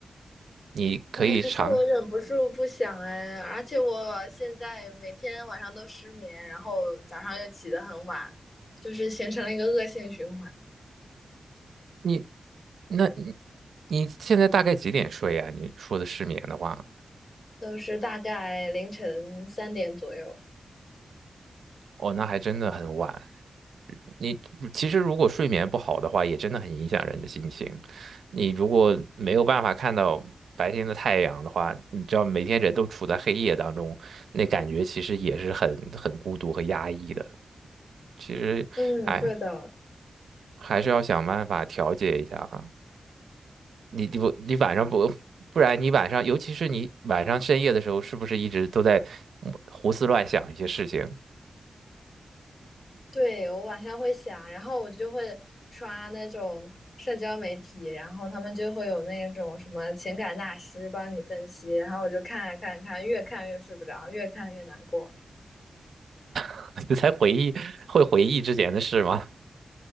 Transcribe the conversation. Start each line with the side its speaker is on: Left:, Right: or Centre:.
Right: 你可以尝
Left: 哎，可是我忍不住不想哎，而且我现在每天晚上都失眠，然后早上又起得很晚，就是形成了一个恶性循环，
Right: 你，那你你现在大概几点睡啊？你说的失眠的话。
Left: 都是大概凌晨三点左右。
Right: 哦，那还真的很晚。你其实如果睡眠不好的话，也真的很影响人的心情。你如果没有办法看到白天的太阳的话，你知道每天人都处在黑夜当中，那感觉其实也是很很孤独和压抑的。其实还
Left: 嗯，对的，
Right: 还是要想办法调节一下啊。你你不你晚上不不然你晚上，尤其是你晚上深夜的时候，是不是一直都在胡思乱想一些事情？
Left: 对，我晚上会想，然后我就会刷那种社交媒体，然后他们就会有那种什么情感大师帮你分析，然后我就看啊看啊看啊，越看越睡不着，越看越难过。
Right: <laughs> 你在回忆会回忆之前的事吗？